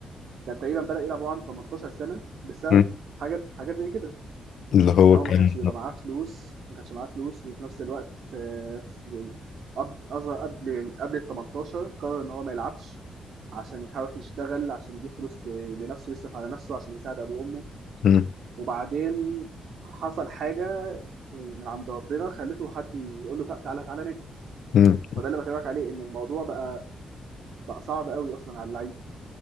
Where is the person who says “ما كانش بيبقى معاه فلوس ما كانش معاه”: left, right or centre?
Right